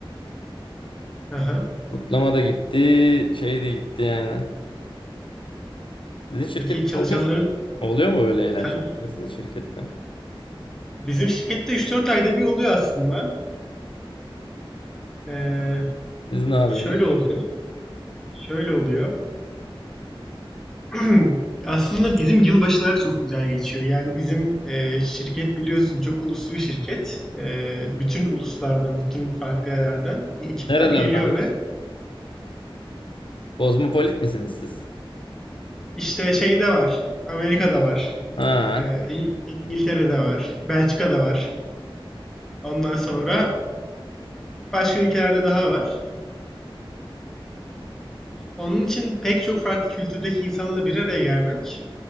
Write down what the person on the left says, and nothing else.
Kutlama da gitti, şey de gitti yani. Sizin şirkette
oluyor mu? Oluyor mu böyle eğlenceler
sizin şirkette?
Siz ne yapıyorsunuz?
Nerelerden
var?
Kozmopolit misiniz siz?
Ha.